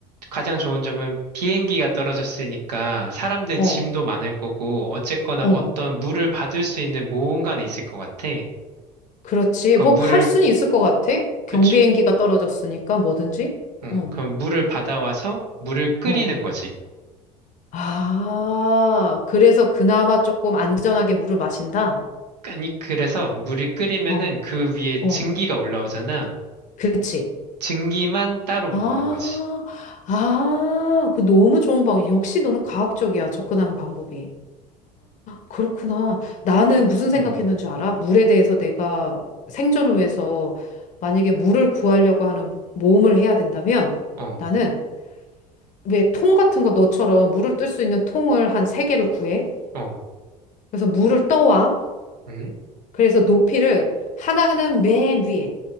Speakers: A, on the right; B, on the left.
A: 가장 좋은 점은 비행기가 떨어졌으니까 사람들
B: 어,
A: 짐도 많을 거고 어쨌거나
B: 어.
A: 어떤 물을 받을 수 있는 모험가는 있을 것 같아.
B: 그렇지.
A: 그럼
B: 뭐
A: 물을,
B: 할 수는 있을 것 같아.
A: 그치?
B: 경비행기가 떨어졌으니까 뭐든지.
A: 응.
B: 응,
A: 그럼 물을 받아와서 물을 끓이는
B: 어.
A: 거지.
B: 아, 그래서 그나마 조금 안전하게 물을 마신다?
A: 아니, 그래서 물이 끓이면은
B: 어,
A: 그 위에
B: 어.
A: 증기가 올라오잖아.
B: 그치.
A: 증기만 따로
B: 아,
A: 모으는 거지.
B: 아, 그 너무 좋은 방법. 역시 너는 과학적이야, 접근하는 방법이. 그렇구나. 나는 무슨 생각했는
A: 어
B: 줄 알아? 물에 대해서 내가 생존을 위해서 만약에 물을 구하려고 하는 모험을 해야 된다면
A: 어,
B: 나는 왜 통 같은 거 너처럼 물을 뜰 수 있는 통을 한 세 개를 구해?
A: 어,
B: 그래서 물을 떠와.
A: 응,
B: 그래서 높이를 하나는 맨 위에.